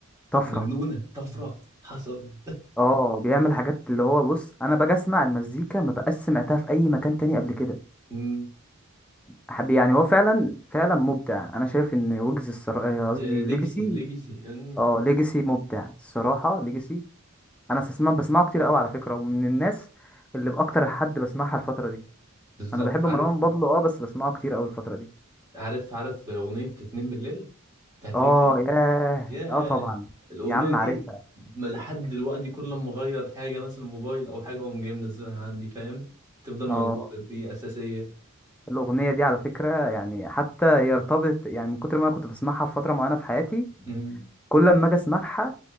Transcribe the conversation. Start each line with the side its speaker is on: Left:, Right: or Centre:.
Centre: طفرة
Right: مجنونة طفرة حصل
Centre: اه بيعمل حاجات اللي هو بص انا باجي اسمع المزيكا ما بقاش سمعتها في اي مكان تاني قبل كده
Right: أمم.
Centre: حب- يعني هو فعلا فعلا مبدع انا شايف ان ويجز الصراحه قصدي
Right: آه، ليجسي
Centre: ليجاسي
Right: ليجسي أمم.
Centre: اه ليجاسي مبدع الصراحه ليجاسي انا بسمع بسمعه كتير قوي على فكره ومن الناس اللي باكتر حد بسمعها الفتره دي
Right: بالظبط
Centre: انا بحب
Right: عارف
Centre: مروان بابلو اه بس بسمعه كتير قوي الفتره دي
Right: عارف عارف أغنية اتنين بالليل بتاعت
Centre: اه
Right: ليجسي
Centre: ياه
Right: ياه
Centre: اه طبعا
Right: الأغنية
Centre: يا عم
Right: دي
Centre: عارفها
Right: ما لحد دلوقتي كل لما أغير حاجة مثلا موبايل أو حاجة أقوم جاي منزلها عندي فاهم تفضل موجودة
Centre: اه
Right: دي أساسية
Centre: الاغنيه دي على فكره يعني حتى هي ارتبطت يعني من كتر ما انا كنت بسمعها في فتره معينه في حياتي
Right: امم
Centre: كل ما اجي اسمعها